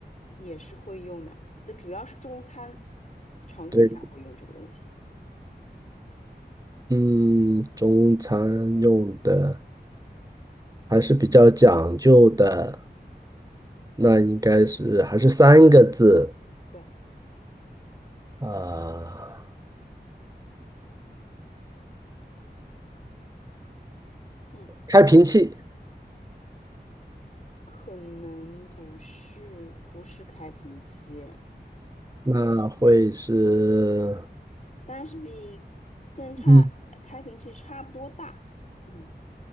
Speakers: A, on the left; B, on the right.
A: 也是会用的。那主要是中餐场景下会用这个东西。
B: 对，嗯，中餐用的还是比较讲究的，那应该是还是三个字，
A: 对，
B: 啊，
A: 嗯，
B: 开瓶器，
A: 可能不是不是开瓶器，
B: 那会是，
A: 但是比跟差开瓶器差不多大。
B: 嗯，
A: 嗯